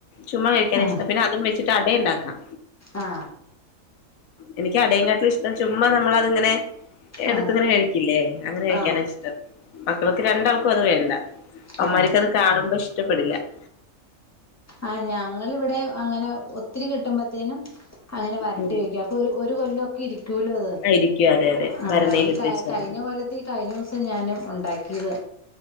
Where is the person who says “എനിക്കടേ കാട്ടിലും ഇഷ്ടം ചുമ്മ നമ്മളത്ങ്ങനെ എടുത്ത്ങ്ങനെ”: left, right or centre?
Left